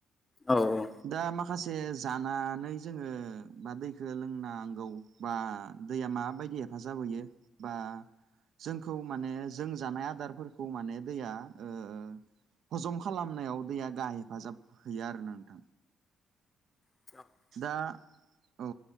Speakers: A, on the left; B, on the right.
A: औ औ
B: दा माखासे जानानै जोङो बा दैखौ लोंनांगौ बा दैया माबायदि हेफाजाब होयो बा जोंखौ माने जों जानाय आदारफोरखौ माने दैया ओ हजम खालामनायाव दैया गाह हेफाजाब होयो आरो नोंथां।
A: <inaudible>
B: दा औ